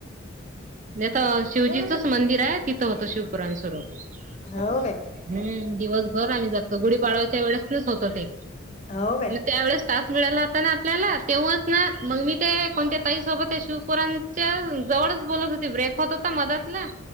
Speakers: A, on the right; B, on the left.
A: म्हेता शिवजीचंच मंदिर आहे तिथं होतं शिवपुराण स्वरूप
B: हो
A: हम्म
B: काय
A: दिवसभर आम्ही जातलो गुढीपाळवायच्या वेळेस नच होत ते
B: हो काय
A: त्या वेळेस तास मिळाला होता ना आपल्याला तेव्हाच ना मग मी ते कोणत्या ताईसोबत शिवपुरांच्या जवळच बोलत होते ब्रेक होत होता मदतला